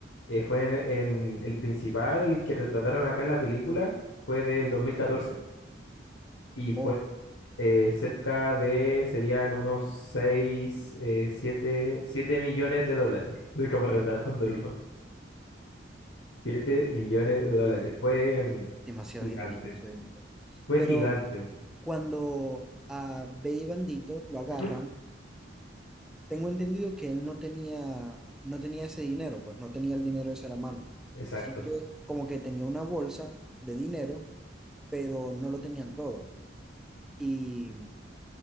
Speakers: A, on the left (about 85°); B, in the centre.
A: Eh, fue en, en- el principal, el que retrataron acá en la película, fue del 2014 y fue
B: Oh,
A: eh, cerca de, serían unos 6, siete siete millones de dólares, <laughs> estoy como retratándolo. siete millones de dólares, fue mm,
B: demasiado
A: gigante,
B: dinero, demasiado dinero.
A: fue
B: Pero
A: gigante.
B: cuando a Bey Bandito lo agarran,
A: Ujú,
B: tengo entendido que él no tenía, no tenía ese dinero, pues no tenía el dinero ese a la mano,
A: Exacto.
B: sino que como que tenía una bolsa de dinero, pero no lo tenían todo. Y